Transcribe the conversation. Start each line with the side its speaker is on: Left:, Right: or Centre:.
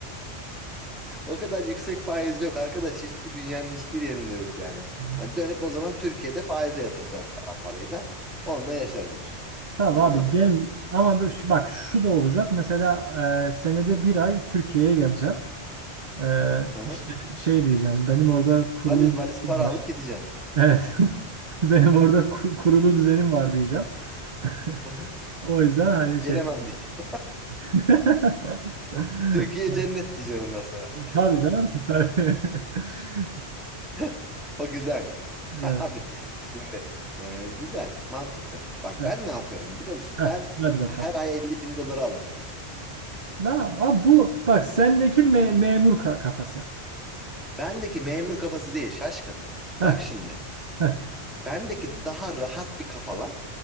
Centre: o kadar yüksek faiz yok arkadaş. Hiçbir dünyanın hiçbir yerinde yok yani.
Right: Ee,
Centre: Hani dönüp o zaman Türkiye'de faize yatıracaksın kalan parayı da onunla yaşarım diyeceksin.
Right: tabii
Centre: Ay
Right: abi
Centre: mantıklı.
Right: gel ama bu- şu- bak şu da olacak mesela e, senede bir ay Türkiye'ye geleceğim. Ee,
Centre: Hı hı.
Right: işte şey diyeceğim benim orada kurulu
Centre: Valiz valiz
Right: düzenim
Centre: para
Right: var.
Centre: alıp gideceksin.
Right: Evet <laughs> benim orada ku- kurulu düzenim var diyeceğim. <laughs>
Centre: Hı hı.
Right: O yüzden hani
Centre: Gelemem
Right: şey.
Centre: diyeceksin.
Right: <laughs>
Centre: Türkiye
Right: Evet,
Centre: cennet diyeceksin ondan sonra.
Right: Tabii canım tabii. <laughs>
Centre: <laughs> O güzelmiş. <laughs>
Right: Evet,
Centre: Abi şimdi e, güzel, mantıklı. Bak
Right: evet.
Centre: ben ne yapıyorum biliyor musun?
Right: Heh,
Centre: Ben
Right: hadi bakalım.
Centre: her ay 50 bin doları alırım ya.
Right: Ne yap- abi bu bak sendeki me- memur ka- kafası.
Centre: Bendeki memur kafası değil şaşkın.
Right: Heh,
Centre: Bak şimdi.
Right: heh.
Centre: Bendeki daha rahat bir kafa lan.